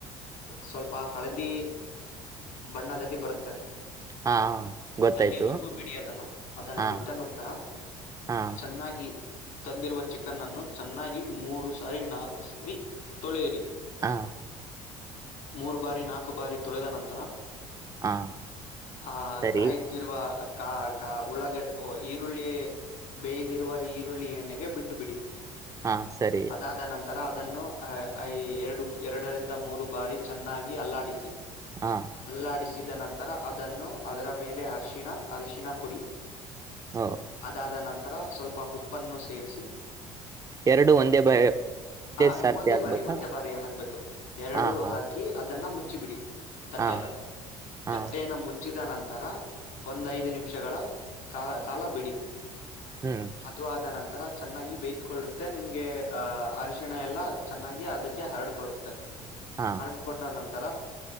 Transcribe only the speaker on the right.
ಹಾ ಗೊತ್ತಾಯ್ತು
ಹಾ
ಹಾ
ಹಾ
ಹಾ
ಸರಿ
ಹಾ ಸರಿ
ಹಾ
ಹ
ಎರಡು ಒಂದೇ ಬ
ಸಾರ್ತಿ
ಆಗ್ಬೇಕಾ
ಹಾ ಹಾ
ಹಾ ಹಾ
ಹ್ಮ್
ಹಾ